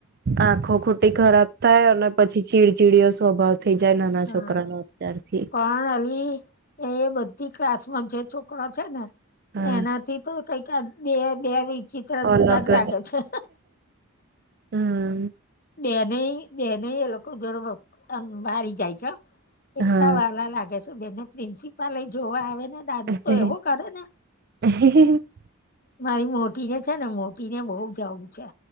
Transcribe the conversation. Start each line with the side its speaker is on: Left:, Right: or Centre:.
Right: આંખો ખોટી ખરાબ થાય અને પછી ચીડચીડી સ્વભાવ થઈ જાય નાના
Left: હા
Right: છોકરા નો અત્યારથી.
Left: પણ અલી એ એ બધી ક્લાસમાં જે છોકરા છે ને
Right: હા
Left: એનાથી તો કઈક આ બે બે વિચિત્ર
Right: અલગ
Left: જુદા જ લાગે છે.
Right: હમ્મ.
Left: બેનેઈ બેને એ લોકો જોણ આમ બારી જાય છે હ. એટલા
Right: હા
Left: વાલા લાગે છે બેને પ્રિન્સિપાલ એ જોવા આવે ને, ડાન્સ
Right: હમ
Left: તો એવો કરે ને!
Right: <inaudible>
Left: મારી મોટી જે છે ને, મોટી ને બઉ જવું છે.